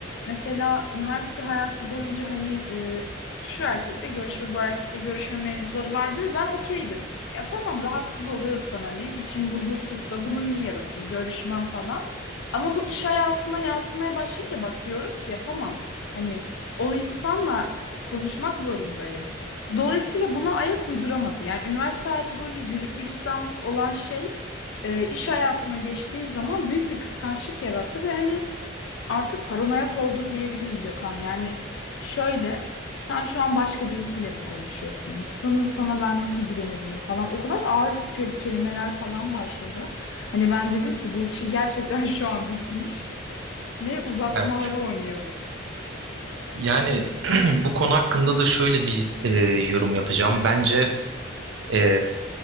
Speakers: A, on the left; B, on the right.
A: Mesela üniversite hayatı boyunca hani e, şu erkekle görüşme bu erkekle görüşme mevzuları vardı ve ben okeydim. Ya tamam rahatsız oluyorsan hani için huzursuzsa bunu niye yaratayım görüşmem falan. Ama bu iş hayatına yansımaya başlayınca bak diyorum ki yapamam. Hani o insanla konuşmak zorundayım. Dolayısıyla buna ayak uyduramadı. Yani üniversite hayatı boyunca güllük gülistanlık olan şey e, iş hayatına geçtiği zaman büyük bir kıskançlık yarattı ve hani artık paranoyak oldu diyebilirim Gökhan. Yani şöyle sen şu an başka birisiyle mi konuşuyorsun? Sana, sana ben nasıl güvenebilirim falan. O kadar da ağır kö- kelimeler falan başladı. Hani ben dedim ki bu işi gerçekten <laughs> şu an bitmiş ve uzatmaları
B: Evet.
A: oynuyoruz.
B: Yani <clears throat> bu konu hakkında da şöyle bir e, yorum yapacağım. Bence e,